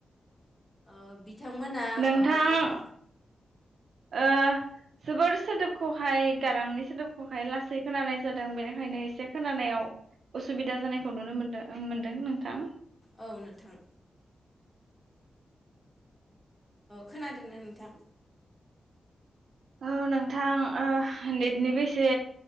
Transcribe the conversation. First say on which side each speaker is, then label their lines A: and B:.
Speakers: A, on the left; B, on the right.
A: ओ बि बिथांमोना
B: नोंथां
A: ओ उन
B: ओ जोबोर सोदोबखौहाय गारांनि सोदोबखौहाय लासै खोनानाय जादों बेनिखायनो एसे खोनानायाव असुबिदा जानायख खौ नुनो मोनदों नोंथां
A: औ नोंथां खोनादोंना नोंथां
B: औ नोंथां ओ नेटनिबो इस से